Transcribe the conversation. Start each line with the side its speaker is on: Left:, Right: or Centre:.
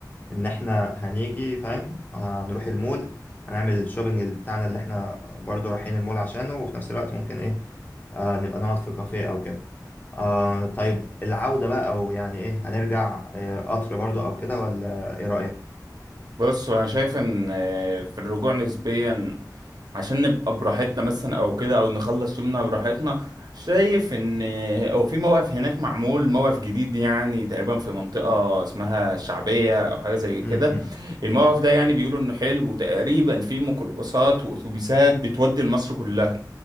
Left: ان احنا هنيجي فاهم هنروح المول هنعمل الشوبينج بتاعنا اللي احنا برضو رايحين المول عشانه وفي نفس الوقت ممكن ايه آه نبقى نقعد في كافيه او كده آه طيب العودة بقى او يعني ايه هنرجع آه قطر برضو او كده ولا ايه رأيك
Right: بص انا شايف ان آه، في الرجوع نسبيا عشان نبقى براحتنا مثلا او كده او نخلص يومنا براحتنا شايف ان آه، او في موقف هناك معمول موقف جديد يعني تقريبا في منطقة اسمها الشعبية او حاجة زي كده
Left: امم امم
Right: الموقف ده يعني بيقولوا انه حلو وتقريبا في ميكروباصات واتوبيسات بتودي لمصر كلها